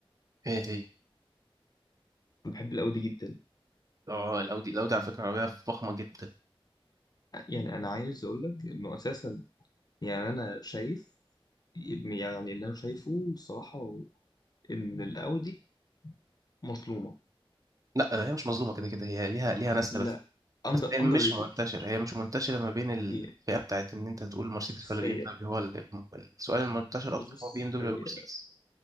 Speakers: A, on the right; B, on the left.
A: ايه هي
B: بحب الأودي جدا
A: اه الاودي الاودي على فكره عربيه فخمه جدا
B: يعني أنا عايز أقول لك إنه أساسا يعني أنا شايف يعني اللي أنا شايفه الصراحة إن الأودي مظلومة
A: لا هي مش مظلومه كده كده هي ليها ليها ناسها
B: لا
A: بس
B: أندر
A: بس هي مش
B: أندر ريتد
A: منتشره هي مش منتشره ما بين الفئه
B: هي
A: بتاعت ان انت تقول مرسيدس
B: بص بص
A: ولا بي
B: هي
A: ام دبليو هو ال- الم- السؤال المنتشر
B: بص
A: اكتر
B: بص
A: هو بي ام دبليو
B: هي
A: ولا مرسيدس